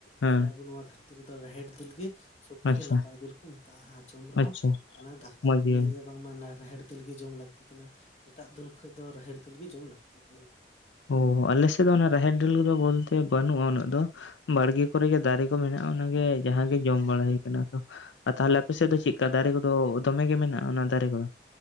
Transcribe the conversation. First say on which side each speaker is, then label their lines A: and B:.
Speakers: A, on the left (about 85°); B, on the left (about 35°).
A: ᱦᱮᱸ
B: ᱥᱮ ᱟᱵᱚ ᱱᱚᱣᱟ ᱫᱷᱟᱹᱨᱛᱤ ᱨᱮᱫᱚ ᱨᱟᱦᱮᱲ ᱫᱟᱹᱞ ᱜᱮ, ᱥᱚᱵ ᱛᱷᱮᱹᱠᱮ
A: ᱟᱪᱪᱷᱟ
B: ᱱᱟᱯᱟᱭ ᱫᱟᱹᱞ ᱠᱚ ᱢᱮᱛᱟᱜᱼᱟ ᱟᱨ ᱡᱚᱢ ᱨᱮᱦᱚᱸ
A: ᱟᱪᱪᱷᱟ
B: ᱚᱱᱟ ᱰᱟᱠᱛᱟᱨ
A: ᱢᱚᱡᱽ
B: ᱠᱚ
A: ᱜᱮ
B: ᱞᱟᱹᱭᱟ ᱡᱮ ᱵᱟᱝᱢᱟ ᱨᱟᱦᱮᱲ ᱫᱟᱹᱞ ᱜᱮ ᱡᱚᱢ ᱞᱟᱹᱠᱛᱤ ᱠᱟᱱᱟ ᱮᱴᱟᱜ ᱫᱟᱹᱞ ᱠᱷᱚᱱ ᱫᱚ ᱨᱟᱦᱮᱲ ᱫᱟᱹᱞ ᱜᱮ ᱡᱚᱢ ᱞᱟᱹᱠᱛᱤ ᱵᱷᱟᱹᱞᱤᱭᱟ ᱾
A: ᱚ ᱟᱞᱮ ᱥᱮᱫ ᱫᱚ ᱚᱱᱟ ᱨᱟᱦᱮᱲ ᱰᱟᱹᱞ ᱠᱚᱫᱚ ᱵᱚᱞᱛᱮ ᱵᱟᱹᱱᱩᱜᱼᱟ ᱩᱱᱟᱹᱜ ᱫᱚ, ᱵᱟᱲᱜᱮ ᱠᱚᱨᱮ ᱜᱮ ᱫᱟᱨᱮ ᱠᱚ ᱢᱮᱱᱟᱜᱼᱟ, ᱚᱱᱟᱜᱮ ᱡᱟᱸᱦᱟᱸ ᱜᱮ ᱡᱚᱢ ᱵᱟᱲᱟ ᱦᱩᱭ ᱟᱠᱟᱱᱟ ᱟᱫᱚ ᱾ ᱟᱨ ᱛᱟᱦᱚᱞᱮ ᱟᱯᱮ ᱥᱮᱫ ᱫᱚ ᱪᱮᱫ ᱫᱟᱨᱮ ᱠᱚ ᱫᱚ ᱫᱚᱢᱮ ᱜᱮ ᱢᱮᱱᱟᱜᱼᱟ ᱚᱱᱟ ᱫᱟᱨᱮ ᱠᱚᱫᱚ